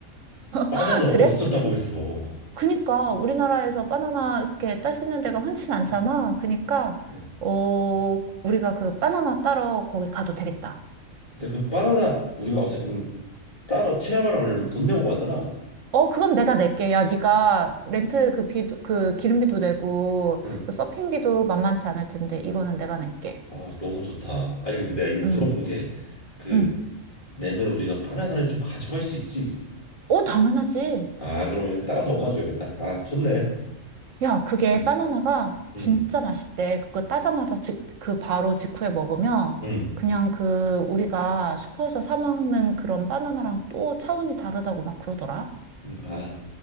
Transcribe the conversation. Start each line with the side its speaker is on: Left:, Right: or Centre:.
Left: 바나나를
Right: <laughs> 그래?
Left: 어디서 따보겠어.
Right: 그니까 우리나라에서 바나나 이렇게 딸 수 있는 데가 흔치 않잖아.
Left: 응,
Right: 그니까
Left: 응.
Right: 어, 우리가 그 바나나 따러 거기 가도 되겠다.
Left: 근데 그 바나나, 우리가 어쨌든 따러 체험하라고 하려면 돈 내고 가잖아.
Right: 어, 그건 내가 낼게. 야, 네가 렌트 그 비도, 그 기름비도 내고,
Left: 응.
Right: 그 서핑비도 만만치 않을 텐데, 이거는 내가 낼게.
Left: 아, 너무 좋다. 아니, 근데 내가 이거 물어본
Right: 음,
Left: 게, 그,
Right: 음.
Left: 내면 우리가 바나나를 좀 가져갈 수 있지.
Right: 어, 당연하지.
Left: 아, 그러면 따가서 엄마 줘야겠다. 아, 좋네.
Right: 야, 그게
Left: 응,
Right: 바나나가
Left: 응,
Right: 진짜 맛있대. 그거 따자마자 직, 그 바로 직후에 먹으면,
Left: 응.
Right: 그냥 그 우리가 슈퍼에서 사 먹는 그런 바나나랑 또 차원이 다르다고 막 그러더라.
Left: 응. 아.